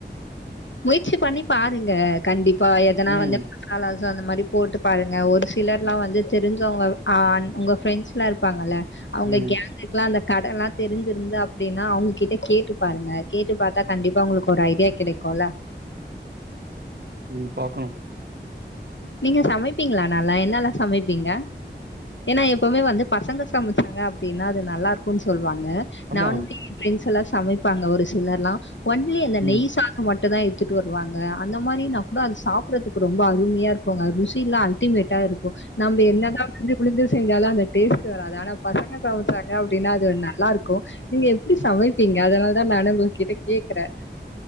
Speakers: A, on the left; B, on the right.
A: முயற்சி பண்ணி பாருங்க கண்டிப்பா எதனா
B: ம்
A: வந்து நாளாச்சு அந்த மாரி போட்டு பாருங்க ஒரு சிலர்லா வந்து தெரிஞ்சவங்க ஆன் உங்க ஃப்ரெண்ட்ஸ்லா இருப்பாங்கல அவங்க
B: ம்
A: கேங் குலா அந்த கடல்லா தெரிஞ்சிருந்து அப்டினா அவங்ககிட்ட கேட்டு பாருங்க கேட்டு பாத்தா கண்டிப்பா உங்களுக்கு ஒரு ஐடியா கிடைக் கொல
B: ம் பாக்கணு
A: நீங்க சமைப்பிங்ளா நல்லா என்னலா சமைப்பிங்க ஏனா எப்பவுமே வந்து பசங்க சமச்சாங்க அப்டினா அது நல்லாருக்குன் சொல்லுவாங்க
B: ஆமா
A: நானுமே ஏ ஃபிரெண்ட்ஸெலா சமைப்பாங்க ஒரு சிலர்லா ஒன்லி அந்த
B: ம்
A: நெய் சா தொ மட்டுதா எடுத்துட்டு வருவாங்க அந்த மாரி நாக்கூட அது சாப்புட்றதுக்கு ரொம்ப அருமையா இருக்குங்க ருசில்லா அல் டிமேட்டா இருக்கு நம்ம என்னதா விழுந்து விழுந்து செஞ்சாலு அந்த டேஸ்ட் வராது ஆனா பசங்க சமச்சாங்க அப்டினா அது நல்லா இருக்கு நீங்க எப்டி சமைப்பிங் க அதனாலதா நானு உங்க கிட்ட கேக்குறே